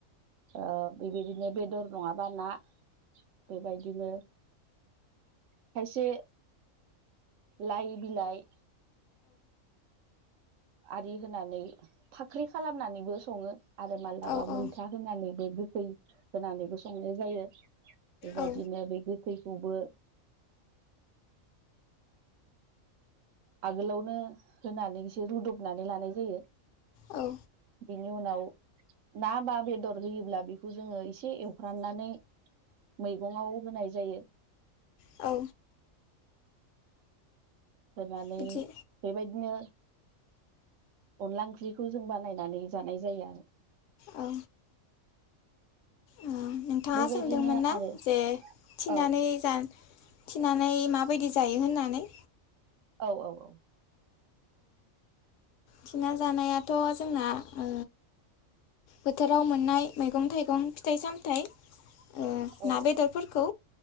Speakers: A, on the right; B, on the left.
A: ओ बेबायदिनो बेदर नङाबा ना बेबायदिनो खायसे लाइ बिलाइ आरि होनानै फाख्रि खालामनानैबो सङो आरो मालाबा
B: औ
A: मैथा होनानैबो गोखै होनानैबो संनाय जायो। बेबायदिनो
B: औ
A: बे गोखैखौबो आगोलावनो होनानै एसे रुदबनानै लानाय जायो।
B: औ
A: बिनि उनाव ना बा बेदर होयोब्ला बेखौ जोङो एसे एवफ्रामनानै मैगंआव होनाय जायो।
B: औ
A: होनानै
B: बिदि
A: बेबायदिनो अनला ओंख्रिखौ जों बानायनानै जानाय जायो आरो
B: औ ओ नोंथाङा
A: बेबायदिनो
B: सोंदोंमोन ना
A: आरो
B: जे थिनानै
A: औ
B: जानो थिनानै माबायदि जायो होननानै
A: औ औ औ
B: थिनानै जानायाथ' जोंना ओ बोथोराव मोननाय मैगं थाइगं फिथाइ सामथायाइ ओ
A: औ
B: ना बेदरफोरखौ